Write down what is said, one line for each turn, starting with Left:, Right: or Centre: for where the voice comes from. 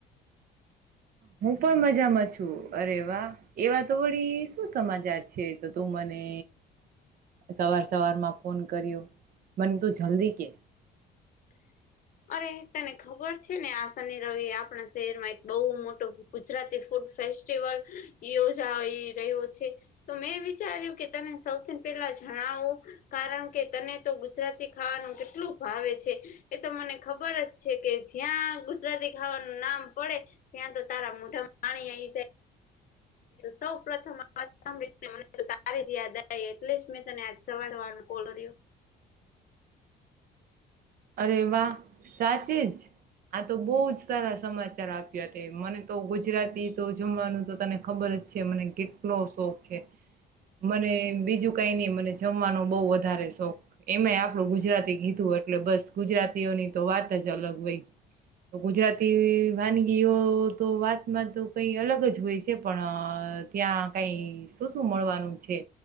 Right: હું પણ મજામાં છું અરે વા એવા તો વળી શું સમાચાર છે તો તું મને સવાર સવારમાં ફોન કર્યો. મને તું જલ્દી કે.
Left: <inaudible> આય તને ખબર છે ને આ શનિ રવિ આપણા શહેરમાં એક બહુ મોટો ગુજરાતી ફૂડ ફેસ્ટ સ્ટિવલ યોજાઈ રહ્યો છે તો મેં વિચાર્યું કે તને સૌથી પેલા જા ણાવુ કારણ કે તને તો ગુજરાતી ખાવાનું કેટલું ભાવે છે એ તો મને ખબર જ છે કે જ્યાં ગુજરાતી ખાવાનું નામ પડે ત્યાં તો તારા મોઢામ પાણી આ ઇ જાય. સૌ પ્રથમ આ વાત સાંભળીને મને તારી જ યાદ આઈ એટલે જ મેં તને આજ સવાર વાળો કોલ રહયો.
Right: અરે વાહ સાચી જ. આ તો બહુ જ સારા સમાચાર આપ્યા તે મને તો ગુજરાતી તો જમવાનું તો તને ખબર છે મને કેટલો શોખ છે. મને બીજું કઈ નહી મને જમવાનો બહુ વધારે શોખ એમાંય આપણું ગુજરાતી કીધું અ એટલે બસ ગુજરાતીઓની તો વાત જ અલગ હોય. તો ગુજરાતી વાનગીઓ તો વાતમાં તો કઈ અલગ જ હોય છે પણ. અ ત્યાં કઈ શું શું મળવાનું છે.